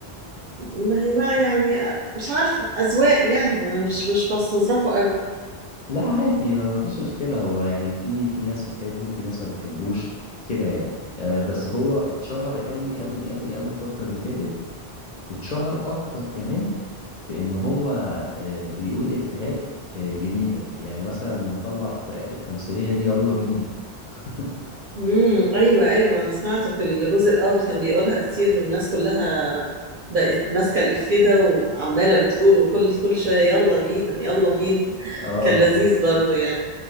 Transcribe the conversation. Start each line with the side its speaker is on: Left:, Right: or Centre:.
Right: ما هي بقى يعني آه، مش عارفه اذواق يعني ما مش مش بستظرفه قوي
Left: لا عادي آه، مفيش مشكلة هو يعني في في ناس بتحبه في ناس ما بتحبوش كده يعني آه بس هو اتشهر قوي قوي قوي قوي الفترة اللي فاتت واتشهر أكتر كمان بإن هو آه بيقول إفيهات آه جديدة يعني مثلا مطلع في آخر تمثيلية دي يلا بينا <laughs>
Right: امم ايوه ايوه انا سمعته في الجزء الاول كان بيقولها كتير والناس كلها بقت ماسكه الإفيه ده وعماله بتقول وكل كل شويه يلا بينا يلا بينا <laughs>
Left: اه
Right: كان لذيذ
Left: آه،
Right: برضو يعني